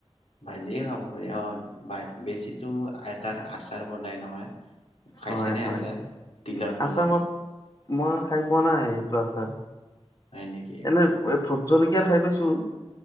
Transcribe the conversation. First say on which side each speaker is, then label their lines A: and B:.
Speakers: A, on the left; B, on the left.
A: ভাজিয়ে খাব পাৰি অ'। বেছি মোক এটাৰ আচাৰ বনাই নহয় <inaudible>
B: হয় হয়,
A: আচাৰ তিলৰ লগত
B: আছা মই- মই খাই পোৱা নাই এইটো আ হয়।
A: হয় নেকি?
B: এনে এই ফ জলকীয়াৰ খাই পাইছোঁ।